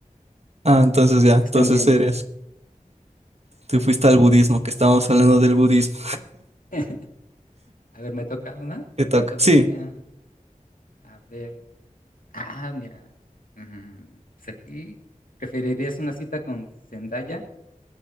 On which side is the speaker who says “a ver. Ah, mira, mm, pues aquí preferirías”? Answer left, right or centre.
Left